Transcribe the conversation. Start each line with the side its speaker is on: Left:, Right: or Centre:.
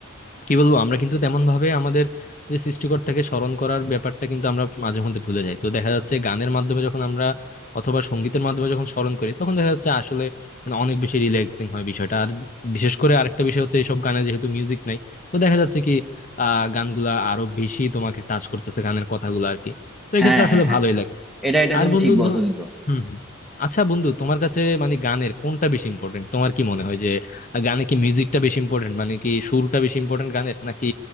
Left: কি বলবো আমরা কিন্তু তেমন ভাবে আমাদের যে সৃষ্টিকর্তাকে স্মরণ করার ব্যাপারটা কিন্তু আমরা মাঝে মধ্যে ভুলে যাই তো দেখা যাচ্ছে গানের মাধ্যমে যখন আমরা অথবা সঙ্গীতের মাধ্যমে যখন স্মরণ করি তখন দেখা যাচ্ছে আসলে মানে অনেক বেশি রিল্যাক্সিং হয় বিষয়টা আর বিশেষ করে আরেকটা বিষয় হচ্ছে এইসব গানে যেহেতু মিউজিক নাই তো দেখা যাচ্ছে কি আহ গানগুলা আরো বেশি তোমাকে টাচ করতেছে গানের কথাগুলো আর কি তো
Centre: হ্যাঁ
Left: এক্ষেত্রে আসলে
Centre: হ্যাঁ হ্যাঁ
Left: ভালোই লাগে
Centre: এটা এটা
Left: আর
Centre: তুমি
Left: বন্ধু
Centre: ঠিক বলছো
Left: ধরো
Centre: কিন্তু
Left: হুম হুম। আচ্ছা বন্ধু তোমার কাছে মানে গানের কোনটা বেশি ইম্পর্টেন্ট তোমার কি মনে হয় যে আহ, গানে কি মিউজিকটা বেশি ইম্পর্টেন্ট মানে কি সুরটা বেশি ইম্পর্টেন্ট গানের নাকি